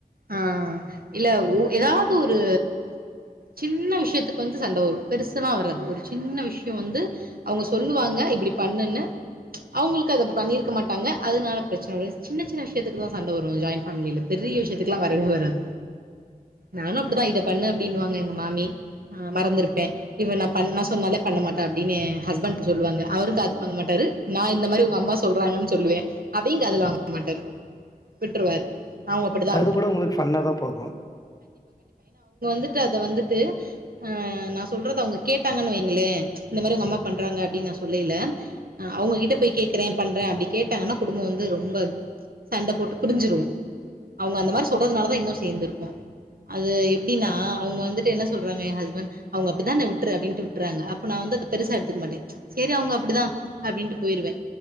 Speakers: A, on the right; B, on the left.
A: ஆ இல்ல உ ஏதாது ஒரு சின்ன விஷ்யத்துக்கு வந்து சண்ட வரு பெருசெல்லா வராது ஒரு சின்ன விஷ்யோ வந்து அவங்க சொல்லுவாங்க இப்டி பண்ணுன்னு அவங்களுக்கு அத பண்ணிருக்க மாட்டாங்க அதனால பிரச்சன வரு சின்ன சின்ன விஷ்யத்துக்கு தா சண்ட வரு ஜாயிண்ட் ஃபேமிலில பெரிய விஷ்யத் துக்கெல்லா வரவே வராது நானு அப்டி தா இத பண்ணு அப்டினுவாங்க எங்க மாமி் அ மறந்திருப்பே இவ நா பண்ண சொன்னாலே பண்ண மாட்ட அப்டினு ஹஸ்பண்ட் சொல்லுவாங்க அவரு காது வாங்க மாட்டாரு நா இந்த மாரி உங்க அம்மா சொல்றாங்கன் சொல்லுவே அதையு காதுல வாங்க மாட்டாரு விட்டுருவாரு அவுங்க அப்படி தா
B: வந்து கூட உங்களுக்கு ஃபன்னா தா போகு
A: துட்டு அத வந்துட்டு ஆ நா சொல்றது அவங்க கேட்டாங்கன் வைங்களே இந்த மாரி உங்கம்மா பண்றாங்க அப்டின் நா சொல்லய்ல அவங்க கிட்ட போய் கேக்குறே பண்றே அப்டி கேட்டாங்கன்னா குடும்போ வந்து ரொம்ப சண்ட போட்டு பிரிஞ்சிரு அவங்க அந்த மாரி சொல்றனால தா இன்னு சேந்து இருக்கோ அது எப்டினா அவங்க வந்துட்டு என்ன சொல்றாங்க எ ஹஸ்பண்ட் அவுங்க அப்டிதான விட்ரு அப்டின்ட்டு விட்றாங்க அப்ப நா வந்து அத பெருசா எடுத்துக்க மாட்டே செரி அவுங்க அப்டி தா அப்டீன்டு போய்டுவே